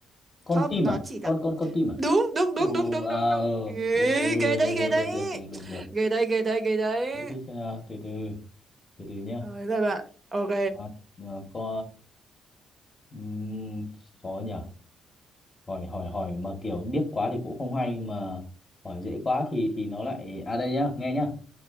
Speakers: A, on the left (about 25°); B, on the right (about 35°).
A: con
B: không
A: tim
B: nó
A: à
B: chỉ là
A: con con con tim à
B: đúng đúng
A: ừ
B: đúng đúng đúng
A: à
B: đúng đúng
A: ừ,
B: Ghê,
A: ừ ừ,
B: ghê
A: rồi
B: đấy ghê
A: được
B: đấy
A: được được được được được
B: ghê đấy ghê đấy ghê đấy
A: thế thì xem nào từ từ từ từ nhá
B: rồi các bạn ok
A: à, à, có ừm, khó nhỉ hỏi hỏi hỏi mà kiểu điếc quá thì cũng không hay mà hỏi dễ quá thì thì nó lại à đây nhá nghe nhá